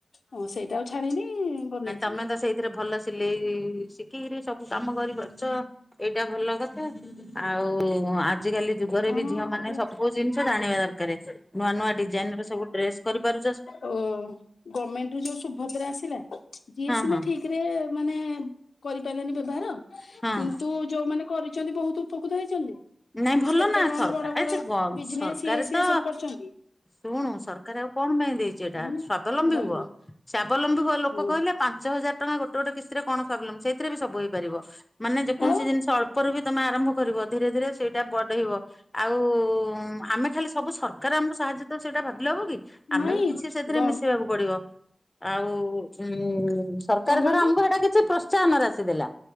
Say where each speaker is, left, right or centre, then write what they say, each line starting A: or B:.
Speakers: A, on the left; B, on the left.
A: ଓ ସେଇଟା ଆଉ ଛାଡିନି। ବନେଇଥିଲି
B: ଆ ତମେ ତ ସେଇଥିରେ ଭଲ ସିଲେଇ ଶିଖିକିରି ସବୁ କାମ କରି ପାରୁଛ। ଏଇଟା ଭଲ କଥା ଆଉ ଆଜିକାଲି ଯୁ ଗରେ
A: କଣ
B: ବି ଝିଅ ମାନେ
A: କରିବା
B: ସବୁ ଜିନିଷ ଜାଣିବା ଦରକାର ନୂଆ ନୂଆ ଡିଜାଇନ ର ସବୁ ଡ୍ରେସ କରିପାରୁଛ
A: ଓ ଗମେଣ୍ଟ ରୁ ଯୋଉ ସୁଭଦ୍ରା ଆସିଲା ଯିଏ
B: ହଁ
A: ସିନା
B: ହଁ
A: ଠିକ ରେ ମାନେ କରିପାରିଲାନି ବ୍ୟବହାର
B: ହଁ।
A: କିନ୍ତୁ ଯୋଉମାନେ କରିଛନ୍ତି ବହୁତ ଉପକୃତ ହେଇଛନ୍ତି।
B: ନାଇଁ ଭଲ
A: କେତେ
B: ନା
A: କଣ
B: ସରକାର
A: ବଡ ବଡ
B: ଏ ଗ
A: ବିଜନେସ
B: ସରକାର
A: ଇଏ ସିଏ
B: ତ
A: ସବୁ କରିଛନ୍ତି
B: ଶୁଣୁ ସରକାର ଆଉ କଣ ପାଇଁ ଦେଇଛି ଏଇଟା
A: ହବନି
B: ସ୍ଵାବଲମ୍ବୀ
A: ଡାଲମା
B: ହୁଅ। ସ୍ୱାବଲମ୍ବୀ ଲୋକ
A: ହଁ
B: କହିଲେ ପାଞ୍ଚ ହଜାର ଟଙ୍କା ଗୋଟେ ଗୋଟେ କିସ୍ତିରେ କଣ ସ୍ୱାବଲମ୍ବୀ ସେଇଥିରେ ବି ସବୁ ହେଇପାରିବ। ମାନେ ଯେକୌଣସି
A: ଆଉ
B: ଜିନିଷ ଅଳ୍ପରୁ ବି ତମେ ଆରମ୍ଭ କରିବ ଧୀରେ ଧୀରେ ସେଇଟା ବଢ଼େଇବ ଆଉ ଆମେ ଖାଲି ସବୁ ସରକାର ଆମକୁ ସାହାଯ୍ୟ ତ ସେଇଟା ଭାବିଲେ ହବକି? ଆମେ
A: ନାଇଁ
B: ବି କିଛି ସେଥିରେ
A: ଗମ
B: ମିଶିବାକୁ ପଡିବ। ଆଉ ଉଁ ସରକାର
A: କଣ କହିଲୁ
B: ଧର ଆମକୁ ଏଇଟା କିଛି ପ୍ରୋସ ଉତ୍ସାହନ ଆମର ଆସିଥିଲା